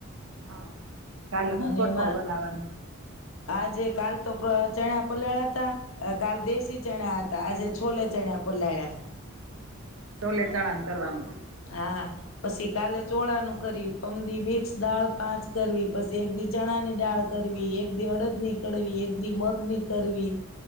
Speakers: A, on the right; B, on the left.
A: હા. કાલે હુ
B: અને
A: કઠોળ
B: એમાં
A: બનાવાનું?
B: આજે કાલ તો ચણા પલાળીયા તા અ કાલ
A: હા
B: દેશી ચણા ત આજે છોલે ચણ્યા પલાળ્યાસ.
A: ટોલે ચણા કરવાનું.
B: હા પછી કાલે ચોળાનું કરી પમ દી મિક્સ દાળ પાંચ કરવી પછી એક દી ચણાની દાળ કરવી એક દી અડદની કડવી એક દી મગની કડવી.